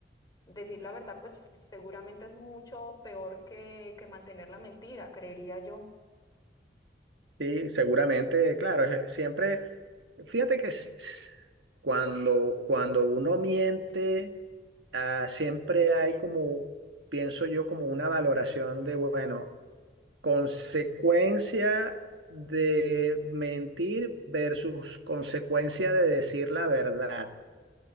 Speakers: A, on the left (about 20°); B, on the right (about 80°).
A: decir la verdad, pues seguramente es mucho peor que, que mantener la mentira, creería yo.
B: Sí, seguramente, claro, es- siempre, fíjate que s- s- cuando, cuando uno miente, ah, siempre hay como, pienso yo, como una valoración de, bueno, Consecuencia de mentir versus consecuencia de decir la verdad.